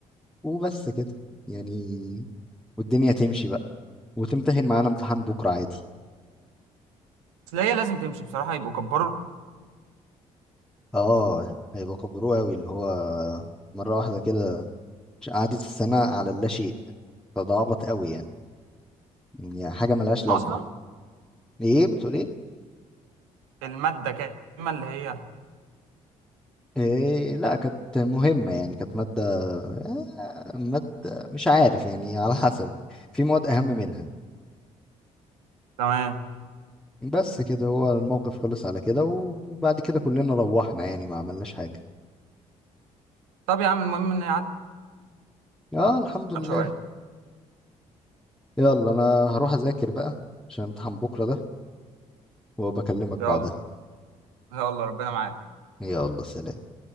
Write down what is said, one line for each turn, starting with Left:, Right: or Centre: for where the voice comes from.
Centre: وبس كده يعني والدنيا تمشي بقى وتمتحن معانا امتحان بكرة عادي
Right: بس هي لازم تمشي بصراحة يبقوا كبروا
Centre: آه
Right: الجمهور.
Centre: هيبقى كبروه أوي اللي هو مرة واحدة كده قعدت السنة على اللاشيء فده عبط قوي يعني يعني حاجه ملهاش لازمه
Right: أصلا
Centre: ايه بتقول ايه
Right: المادة كاملة اللي هي
Centre: إيه لا كانت مهمة يعني كانت مادة آه، مادة مش عارف يعني على حسب في مواد أهم منها
Right: تمام
Centre: بس كده هو الموقف خلص على كده وبعد كده كلنا روحنا يعني ما عملناش حاجة
Right: طب يا عم المهم إن هي
Centre: اه الحمد لله
Right: عدت شوية
Centre: يلا أنا هروح أذاكر بقى عشان امتحان بكرة ده وبكلمك
Right: يلا
Centre: بعدها
Right: يلا ربنا معاك
Centre: يلا سلام